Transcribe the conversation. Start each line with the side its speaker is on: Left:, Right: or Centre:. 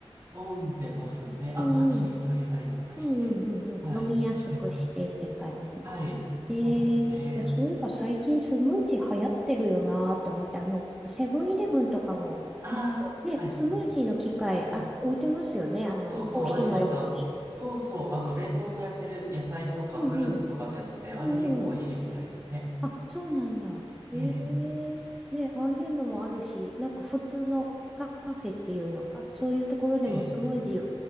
Right: 飲んでますね。
Centre: うん、
Right: あと蜂蜜を入れたりとかして、
Centre: うん、うん、うん、うん。
Right: はい、
Centre: うん飲みやすくしてって感じ
Right: してます。はい、そうですね。
Centre: ええいや、そういえば最近スムージー流行ってるよなーって思って、あの、セブンイレブンとかも、
Right: あ
Centre: あのね、
Right: あ、はいはい。
Centre: スムージーの機械、
Right: うん。
Centre: あ、置いてますよね、あの、
Right: そうそう、
Centre: コーヒーの横に。
Right: あります。あの、そうそう、あの、冷凍されてる野菜とかフルーツとかのやつで、
Centre: うんうん。
Right: あれ結構美味しいみたいですね。
Centre: うんうん。あ、そうなんだ。ええね、
Right: ええ、
Centre: ああいうのもあるし、なんか普通のカ、カフェっていうのか、そういうところでもスムージー、
Right: ええ、